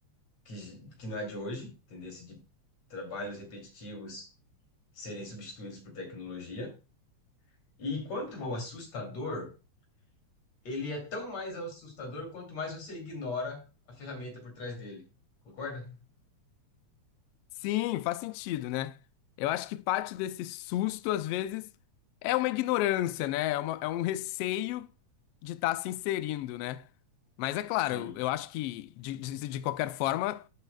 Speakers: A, on the left; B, on the left.
A: que, que não é de hoje, tendência de trabalhos repetitivos serem substituídos por tecnologia. E quanto ao assustador, ele é tão mais assustador quanto mais você ignora a ferramenta por trás dele. Concorda?
B: Sim, faz sentido, né? Eu acho que parte desse susto, às vezes, é uma ignorância, né? É uma- é um receio de estar se inserindo, né? Mas é claro,
A: Sim,
B: eu acho que, de, de, de qualquer forma,